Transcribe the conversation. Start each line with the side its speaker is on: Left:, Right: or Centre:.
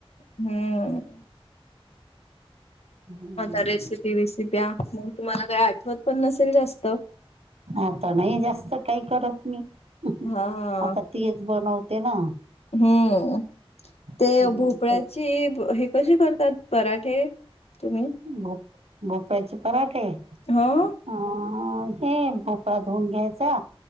Left: हम्म
Right: हम्म
Left: आता रेसिपी विसिप्या मग तुम्हाला काही आठवत पण नसेल जास्त
Right: आता नाही जास्त काही करत मी आता
Left: हा
Right: तीच बनवते ना
Left: हम्म ते
Right: हम्म
Left: भोपळ्याची
Right: ते
Left: कसे करतात पराठे तुम्ही
Right: ब बोप्याचे पराठे
Left: हो
Right: अ हे भोपा धुऊन घ्यायचा